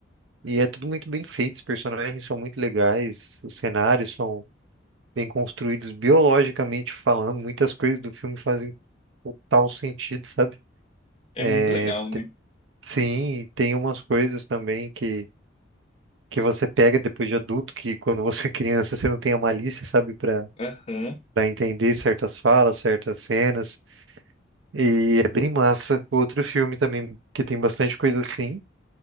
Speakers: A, on the right (about 75°); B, on the left (about 30°).
A: E é tudo muito bem feito, os personagens são muito legais, os cenários são bem construídos biologicamente falando, muitas coisas do filme fazem total sentido, sabe?
B: é
A: É,
B: muito legal, né?
A: Sim, e tem umas coisas também que, que você pega depois de adulto, que quando você é criança você não tem a malícia, sabe, para
B: Aham,
A: para entender certas falas, certas cenas. E é bem massa. Outro filme também que tem bastante coisa assim,